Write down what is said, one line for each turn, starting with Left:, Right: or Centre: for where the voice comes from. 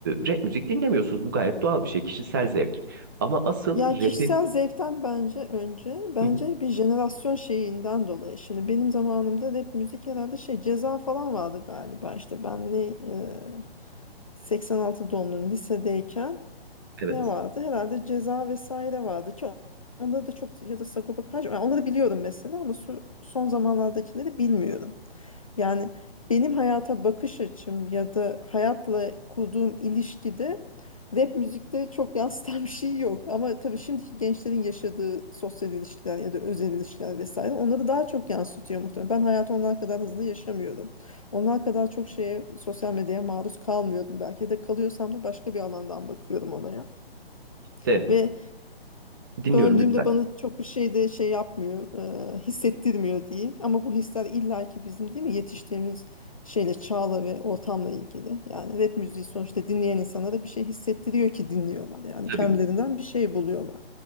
Right: rap müzik dinlemiyorsunuz. Bu gayet doğal bir şey, kişisel zevk. Ama asıl
Left: Ya kişisel
Right: rapin...
Left: zevkten bence önce bence
Right: Hı hı,
Left: bir jenerasyon şeyinden dolayı. Şimdi benim zamanımda rap müzik herhalde şey ceza falan vardı galiba işte ben ne e, 86 doğumluyum lisedeyken
Right: Evet.
Left: ne vardı? Herhalde ceza vesaire vardı ki onda da çok ya da Sagopa Kajmer. Yani onları biliyorum mesela ama su- son zamanlardakileri bilmiyorum. Yani benim hayata bakış açım ya da hayatla kurduğum ilişkide rap müzikte çok <laughs> yansıtan bir şey yok. Ama tabii şimdiki gençlerin yaşadığı sosyal ilişkiler ya da özel ilişkiler vesaire onları daha çok yansıtıyor muhtemelen. Ben hayatı onlar kadar hızlı yaşamıyorum. Onlar kadar çok şeye sosyal medyaya maruz kalmıyordum. Belki de kalıyorsam da başka bir alandan bakıyorum olaya.
Right: De,
Left: Ve
Right: dinliyorum
Left: döndüğümde
Right: lütfen.
Left: bana çok bir şey de şey yapmıyor, e, hissettirmiyor diyeyim. Ama bu hisler illaki bizim değil mi yetiştiğimiz şeyle, çağla ve ortamla ilgili. Yani rap müziği sonuçta dinleyen insanlara bir şey hissettiriyor ki dinliyorlar. Yani
Right: Tabii,
Left: kendilerinden bir şey buluyorlar.